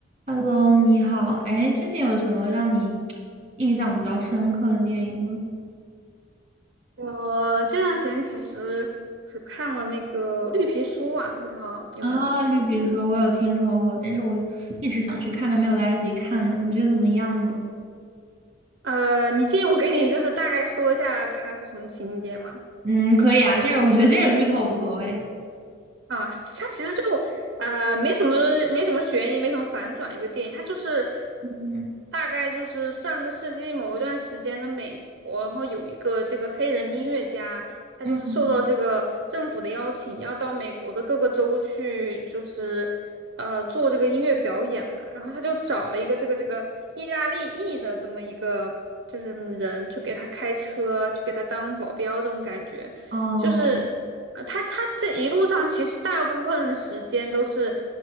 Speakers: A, on the right; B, on the right.
A: Hello，你好。哎，最近有什么让你印象比较深刻的电影吗？
B: 我这段时间其实只看了那个《绿皮书》啊，不知道有没有听过？
A: 啊，《绿皮书》我有听说过，但是我一直想去看，还没有来得及看呢。你觉得怎么样呢？
B: 呃，你介意我给你就是大概说一下它是什么情节吗？
A: 嗯，可以啊，这个我觉得这个剧透无所谓。
B: 啊，它其实就呃没什么没什么悬疑，没什么反转，一个电影，它就是
A: 嗯
B: 大概就是上个世纪某一段时间的美国，然后有一个这个黑人音乐家，他就是受到这个政府的邀请，
A: 嗯
B: 要到美国的各个州去，就是呃做这个音乐表演嘛，然后他就找了一个这个这个意大利裔的这么一个就是人去给他开车，去给他当保镖这种感觉。
A: 哦
B: 就是呃，他他这一路上其实大部分时间都是